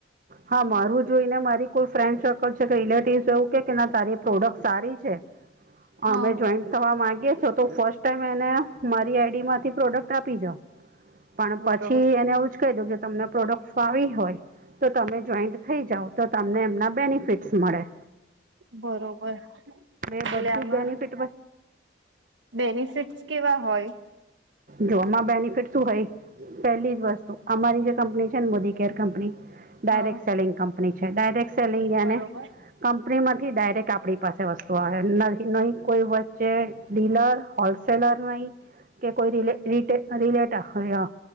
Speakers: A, on the right (about 45°); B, on the right (about 85°).
A: હા મારું જોઈને મારી કોઈ ફ્રેન્ડ સર્કલ રિલેટિવ એવું કે કે ના તારી પ્રોડક્ટ સારી છે
B: હા
A: અમે જોઈન્ટ. તવા ગે છો તો ફર્સ્ટ ટાઈમ એને મારી આઈડી માંથી પ્રોડક્ટ આપી જા. પણ
B: બરોબર
A: પછી એને એવું જ કહી દઉ કે તમને પ્રોડક્ટ ફાવી હોય. તો તમે જોઈન્ટ થઇ જાવ તો તમને એમના બેનિફિટ્સ મળે.
B: બરોબર એટલે
A: એ બધું
B: આમાં.
A: બેનિફિટ
B: બેનિફિટ્સ કેવા હોય.
A: જોમાં બેનિફિટ શું હય પહેલી જ વસ્તુ અમારી જે કંપની છે ને મોદી. કેર કંપની ડાયરેક્ટ
B: હા
A: સેલિંગ કંપની છે ડાયરેક્ટ સેલિંગ
B: બરોબર
A: એને. કંપની માંથી ડાયરેક્ટ આપણી પાસે વસ્તુ આવે ન નહી કોઈ વચ્ચે. ડીલર હોલસેલર નહી. કે કોઈ રલે રીટે રિલેટા